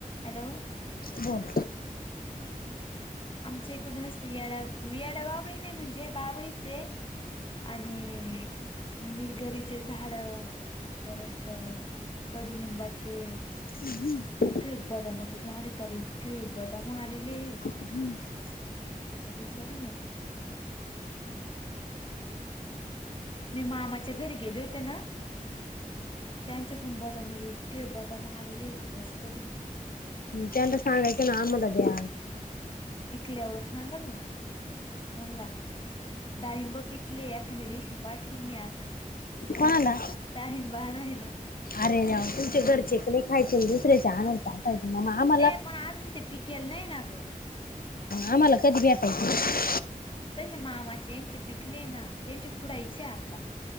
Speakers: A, on the left; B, on the left.
A: Hello
B: बोल
A: आमच्या इकडे स्त्रियांना वियाड बावळीने म्हणजे बाबळीचे आणि निलगरीचे झाड परत कडुलिंबाचे
B: ह हम्म
A: इथे बदामच झाडे तेला इतके बदाम आलेले
B: <inaudible>
A: विचारू नको मी मामाच्या घरी गेले होते ना. त्यांच्या पण बदम हे इतके बदाम आलेले एक बस करी.
B: त्यांना सांगायच ना आम्हाला द्या.
A: पिकल्यावर सांगल ना. हमला. डाळिंब पिकली एखाद्या दिवशी पाठवन मी आता.
B: कोणाला?
A: डाळिंब आणायला.
B: अरे देवा तुमच्या घरचे कमी खायचे दुसऱ्याच्या आनुन म <unintelligible>
A: ए पण अजून ते पिकेल नाही ना गं.
B: आम्हाला कधी भेटायचं?
A: त्याच्या मामाची यांचे पिकले ना त्यांचे खुडायचे आता.